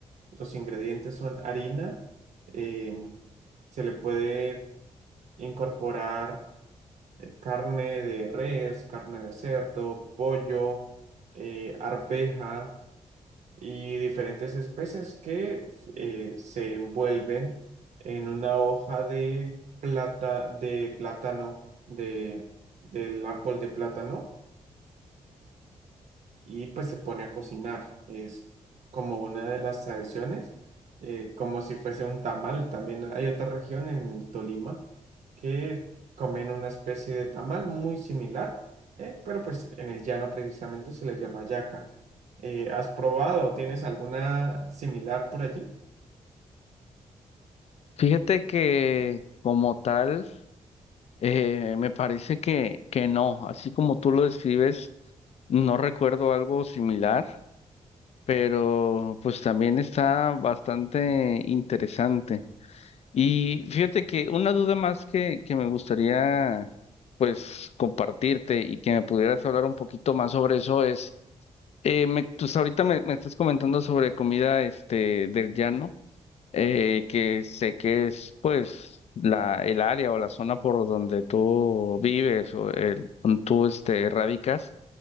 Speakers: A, on the right; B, on the left.
A: los ingredientes son harina, eh, se le puede incorporar eh, carne de res, carne de cerdo, pollo, eh, arveja y diferentes especies que f- eh, se envuelven en una hoja de plata, de plátano, de, del árbol de plátano y pues se pone a cocinar. Es como una de las tradiciones, eh, como si fuese un tamal. También hay otra región en el Tolima que comen una especie de tamal muy similar, eh, pero pues en el llano precisamente se le llama yaca. Eh, ¿has probado? ¿Tienes alguna similar por allí?
B: Fíjate que como tal, eh, me parece que, que no, así como tú lo describes, no recuerdo algo similar, pero pues también está bastante interesante. Y fíjate que una duda más que, que me gustaría pues compartirte y que me pudieras hablar un poquito más sobre eso es, eh, me, tú hasta ahorita me, me estás comentando sobre comida este, del llano, eh, que sé que es pues la, el área o la zona por donde tú vives o el, donde tú este, radicas,